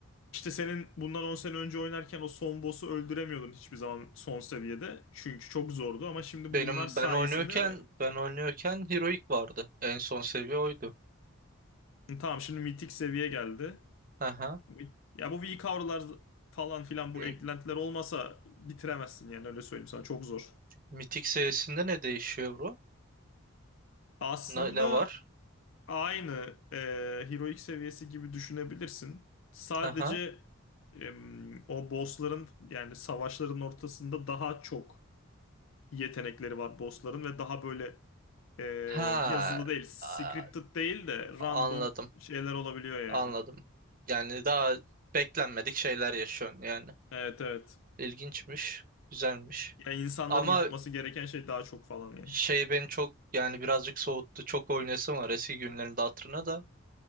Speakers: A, on the left (about 65°); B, on the right (about 40°).
A: İşte senin bundan 10 sene önce oynarken o son boss'u öldüremiyordun hiçbir zaman son seviyede. Çünkü çok zordu ama şimdi
B: Benim
A: bunlar sayesinde
B: ben oynuyorken ben oynuyorken Heroic vardı. En son seviye oydu.
A: tamam şimdi mitik seviye geldi.
B: Aha.
A: Bu- Ya bu V-Cover'lar falan filan bu
B: M-
A: eklentiler olmasa bitiremezsin yani öyle söyleyeyim sana çok zor.
B: Mitik seviyesinde ne değişiyor bro?
A: Aslında
B: Ne, ne var?
A: aynı e, heroic seviyesi gibi düşünebilirsin. Sadece
B: Aha.
A: em, o bossların yani savaşların ortasında daha çok yetenekleri var bossların ve daha böyle e,
B: Ha.
A: yazılı değil, scripted
B: a-
A: değil de
B: Anladım.
A: random şeyler olabiliyor yani.
B: Anladım. Yani daha beklenmedik şeyler yaşıyorsun yani.
A: Evet evet.
B: İlginçmiş. Güzelmiş.
A: Ya insanların
B: Ama
A: yapması gereken şey daha çok falan yani.
B: şey beni çok yani birazcık soğuttu. Çok oynayasım var eski günlerin de hatırına da.